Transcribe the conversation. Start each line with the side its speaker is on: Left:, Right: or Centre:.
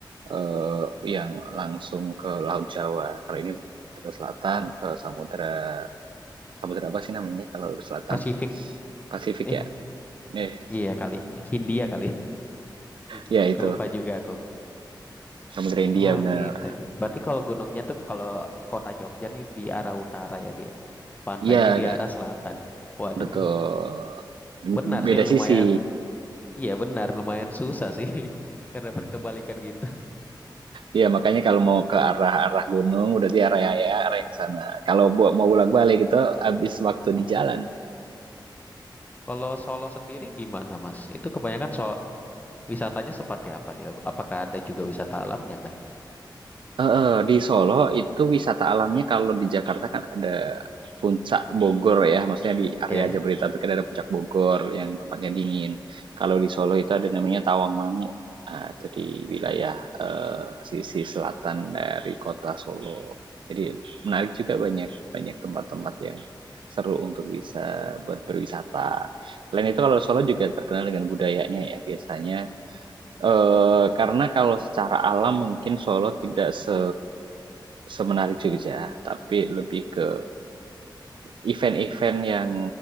Right: eee, yang langsung ke Laut Jawa. Kalau ini ke selatan, ke samudra samudra apa sih namanya kalau selatan?
Left: Pasifik,
Right: Pasifik
Left: eh
Right: ya? Eh,
Left: iya kali, Hindia kali. <laughs> Hmm,
Right: ya itu,
Left: Lupa juga aku.
Right: Samudra India
Left: Oh
Right: benar.
Left: gitu ya. Berarti kalau gunungnya tuh kalau kota Jogja nih di arah utara ya dia. Pantainya
Right: Iya,
Left: di
Right: Kak,
Left: arah selatan. Waduh.
Right: betul.
Left: Benar
Right: B beda
Left: sih
Right: sisi.
Left: lumayan. Iya benar lumayan susah sih. <laughs> Karena berkebalikan gitu.
Right: Iya, makanya kalau mau ke arah-arah gunung, berarti area ya, area yang sana. Kalau buat mau bolak-balik itu habis waktu di jalan.
Left: Kalau Solo sendiri gimana Mas? Itu kebanyakan so wisatanya seperti apa dia? Apakah ada juga wisata alamnya kah?
Right: Heeh, di Solo itu wisata alamnya kalau di Jakarta kan ada Puncak Bogor ya, maksudnya di area
Left: Ya ya.
Right: Jabodetabek kan ada Puncak Bogor yang tempatnya dingin. Kalau di Solo itu ada namanya Tawangmangu. Nah, itu di wilayah eh, sisi selatan dari kota Solo. Jadi menarik juga banyak banyak tempat-tempat yang seru untuk bisa buat berwisata. Selain itu kalau Solo juga terkenal dengan budayanya ya, biasanya Eee, karena kalau secara alam mungkin Solo tidak se semenarik Jogja, tapi lebih ke event-event yang